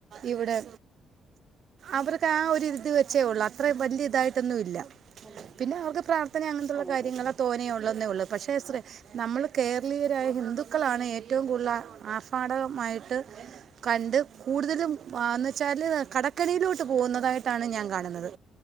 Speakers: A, on the right; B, on the right.
A: ഇവിടെ അവർ ആരിത് വെച്ചേ ഉള്ളൂ അത്ര വലിയ ഇതായിട്ടൊന്നുല്ല
B: അതെ
A: പിന്ന അവർക്ക് പ്രാർത്ഥന അങ്ങനത്തയുള്ള
B: അതെ
A: കാര്യങ്ങളാ
B: അതെ
A: തോനേ ഉള്ളന്നേ ഉള്ളൂ പക്ഷെ നമ്മൾ കേരളീയരായ ഹിന്ദുക്കളാണ് ഏറ്റവും കൂടുതൽ ആർഫാടകമായിട്ട് കണ്ട് കൂടുതലും ആന്ന് വെച്ചാല് കടക്കനയിലോട്ട് ത്ത് പോകുന്നതായിട്ടാണ് ഞാൻ കാണുന്നത്